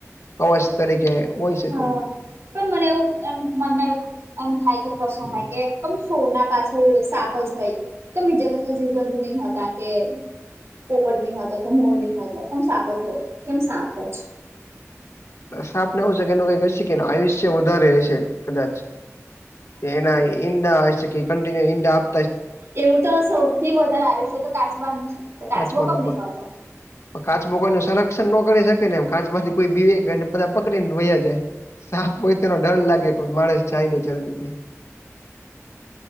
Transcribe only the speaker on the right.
હા પણ મને એવું એમ, મનમાં એવું એમ થાય કે પ્રશ્ન થાય, કે એકદમ સોના પાછળ સાપ જ હોય. કે બી જગત ના જીવજંતુ નહું ખાતા કે પોપટ ની હોય હતો કે, મૂળ નઈ હોય, તો કેમ સાપ જ હોય, કેમ સાપ જ
એવું તો સૌથી વધારે આયુષ્ય તો કાચબાનું છે તો કાચબો
કમ નહીં
ખાતો